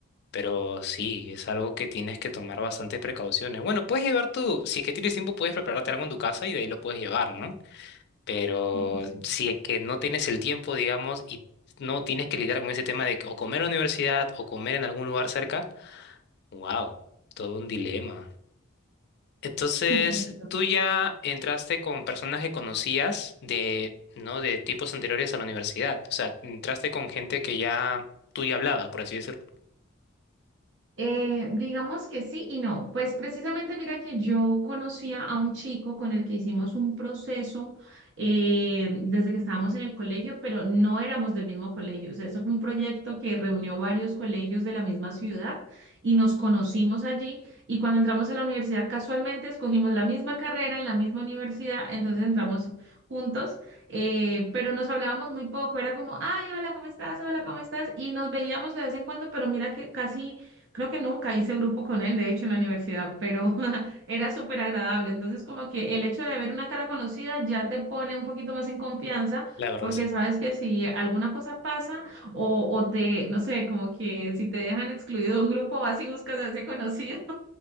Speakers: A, on the left (about 50°); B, on the right (about 60°).
A: Pero sí, es algo que tienes que tomar bastantes precauciones. Bueno, puedes llevar tú, si es que tienes tiempo, puedes prepararte algo en tu casa y de ahí lo puedes llevar, ¿no? Pero
B: <laughs>
A: si es que no tienes el tiempo, digamos, y no tienes que lidiar con ese tema de que o comer en la universidad o comer en algún lugar cerca, wow, todo un dilema. Entonces,
B: Sí. <laughs>
A: tú ya entraste con personas que conocías de, ¿no? De tiempos anteriores a la universidad. O sea, entraste con gente que ya tú ya hablabas, por así decirlo.
B: Eh, digamos que sí y no. Pues precisamente mira que yo conocía a un chico con el que hicimos un proceso eh, desde que estábamos en el colegio, pero no éramos del mismo colegio. O sea, eso fue un proyecto que reunió varios colegios de la misma ciudad y nos conocimos allí. Y cuando entramos a la universidad, casualmente escogimos la misma carrera en la misma universidad, entonces entramos juntos, eh, pero nos hablábamos muy poco. Era como, ay, hola, ¿cómo estás? Hola, ¿cómo estás? Y nos veíamos de vez en cuando, pero mira que casi Creo que nunca hice grupo con él, de hecho, en la universidad, pero <laughs> era súper agradable. Entonces, como que el hecho de ver una cara conocida ya te pone un poquito más en confianza,
A: La verdad,
B: porque
A: sí.
B: sabes que si alguna cosa pasa o, o te, no sé, como que si te dejan excluido de un grupo, vas y buscas a ese conocido